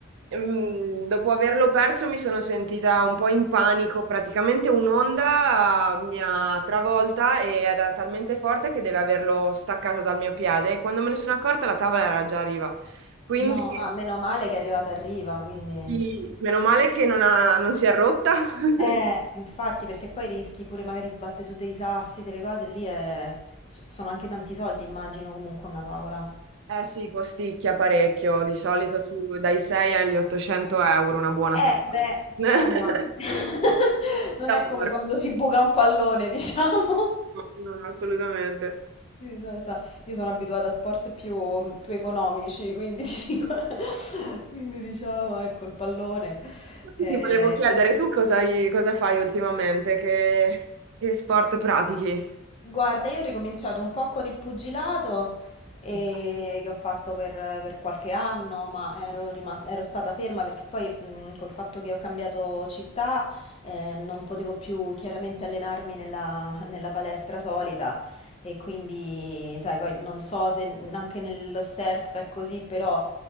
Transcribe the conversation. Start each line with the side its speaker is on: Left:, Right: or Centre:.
Right: mm, dopo averlo perso, mi sono sentita un po' in panico. Praticamente un'onda eh, mi ha travolta e era talmente forte che deve averlo staccato dal mio piede. E quando me ne sono accorta, la tavola era già a riva. Quindi,
Left: No, ah, meno male che è arrivata a riva, quindi...
Right: sì, meno male che non ha- non si è rotta. <laughs>
Left: Eh, infatti, perché poi rischi pure magari sbatte su dei sassi, delle cose, lì è... s- sono anche tanti soldi, immagino, comunque una tavola.
Right: Eh sì, costicchia parecchio, di solito su- dai 6 agli 800 euro una buona
Left: Eh,
Right: tavola.
Left: beh, insomma,
Right: <laughs>
Left: <laughs> non
Right: Lavoro.
Left: è come quando si buca un pallone, <laughs> diciamo.
Right: No, no, no, assolutamente.
Left: Sì, no, sa, io sono abituata a sport più, più economici, quindi, ti dico- <laughs> quindi diciamo, ecco, il pallone.
Right: Infatti
Left: Eh,
Right: Ti volevo chiedere,
Left: effetti-
Right: tu cosa, hai- cosa fai ultimamente? Che, che sport pratichi?
Left: Guarda, io ho ricominciato un po' con il pugilato eh,
Right: Che-
Left: che ho fatto per, per qualche anno, ma ero, rimas- ero stata ferma perché poi mh, col fatto che ho cambiato città eh, non potevo più chiaramente allenarmi nella, nella palestra solita e quindi, sai, poi non so se n- anche nello surf è così, però